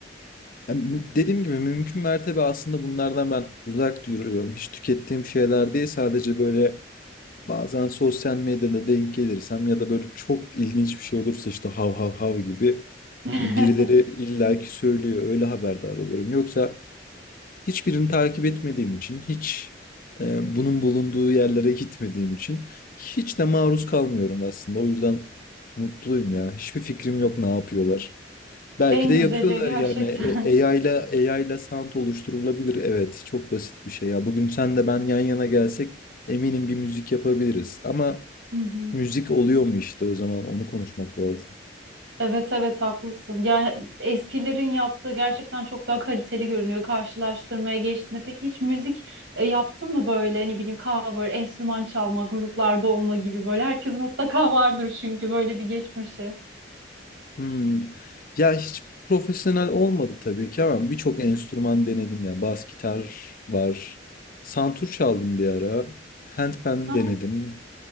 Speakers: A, on the left; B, on the right.
A: Yani mü- dediğim gibi mümkün mertebe aslında bunlardan ben uzak duruyorum. Hiç tükettiğim şeyler değil sadece böyle Bazen sosyal medyada denk gelirsem ya da böyle çok ilginç bir şey olursa işte hav hav hav gibi
B: <laughs>
A: yani birileri illaki söylüyor. Öyle haberdar olurum. Yoksa hiçbirini takip etmediğim için, hiç e, bunun bulunduğu yerlere gitmediğim için hiç de maruz kalmıyorum aslında. O yüzden mutluyum ya. Hiçbir fikrim yok ne yapıyorlar. Belki
B: En
A: de
B: güzeli
A: yapıyorlar
B: gerçekten.
A: yani. E- AI ile AI ile sound oluşturulabilir. Evet, çok basit bir şey ya. Bugün sen de ben yan yana gelsek eminim bir müzik yapabiliriz. Ama
B: Hı hı.
A: Müzik oluyor mu işte o zaman onu konuşmak lazım.
B: Evet evet haklısın. Ya eskilerin yaptığı gerçekten çok daha kaliteli görünüyor karşılaştırmaya geçtiğinde. Peki hiç müzik e, yaptın mı böyle ne bileyim cover, enstrüman çalma, gruplarda olma gibi böyle herkes mutlaka vardır çünkü böyle bir geçmişi.
A: Hmm. Ya hiç profesyonel olmadı tabii ki ama birçok enstrüman denedim ya. Bas gitar var. Santur çaldım bir ara. Handpan
B: Ha.
A: denedim.